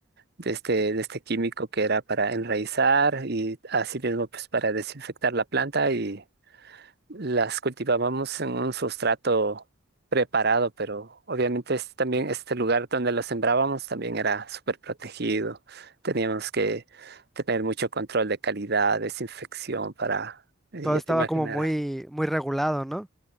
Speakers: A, on the right; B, in the centre.
A: de este, de este químico que era para enraizar y así mismo pues para desinfectar la planta y las cultivábamos en un sustrato preparado, pero obviamente este también este lugar donde lo sembrábamos también era súper protegido. Teníamos que tener mucho control de calidad, desinfección para, eh,
B: Todo
A: ya
B: estaba
A: te imaginarás.
B: como muy, muy regulado, ¿no?